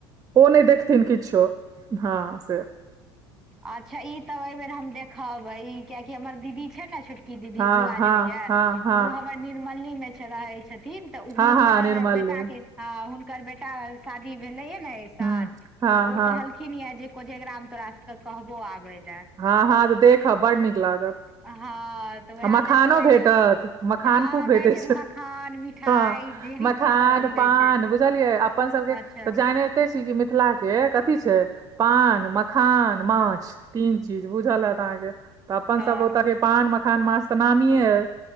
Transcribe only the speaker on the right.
ओ नहि देखथिन किछु हँ से
हँ
हँ
हँ हँ
हँ
हँ निर्मली
हूँ हँ
हँ
हँ हँ तऽ देखा बड नीक लागत
आ मखानो
भेटत
मखान
खूब भेटै
छै
हँ
मखान
पान
बुझलियै अपन सबके
तऽ जाने ते छी कि मिथिला के कथी छै पान मखान माछ तीन चीज बुझल हत अहाँके तऽ अपन
सब ओतऽ के पान मखान माछ तऽ नामिये य